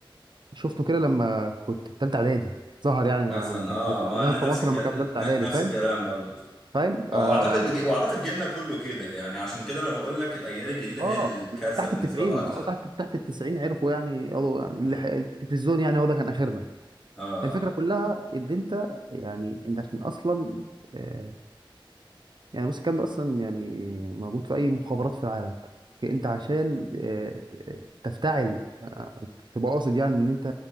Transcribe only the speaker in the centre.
مثلا
اه
وانا
نفس
الكلام
نفس
الكلام برضو
اعتقد
واعتقد جيلنا كله كده يعني عشان كده انا بقول لك الاجيال الجديده
هي الكارثه
بالنسبه
لها اكتر
اه
اه